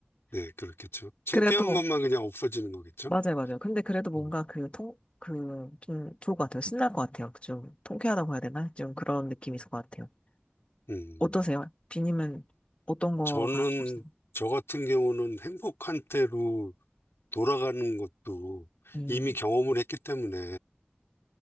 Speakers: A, on the left (about 85°); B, on the left (about 30°).
A: 네, 그렇겠죠. 창피한
B: 그래도
A: 것만 그냥 없어지는 거겠죠.
B: 맞아요 맞아요 근데 그래도 뭔가
A: 음,
B: 그 통 그 좀 좋을 것 같아요 신날 것 같아요 좀 통쾌하다고 해야 되나 좀 그런 느낌이 있을 것 같아요
A: 음.
B: 어떠세요 비님은 어떤 거가
A: 저는,
B: 좋으세요
A: 저 같은 경우는 행복한 때로 돌아가는 것도
B: 음네
A: 이미 경험을 했기 때문에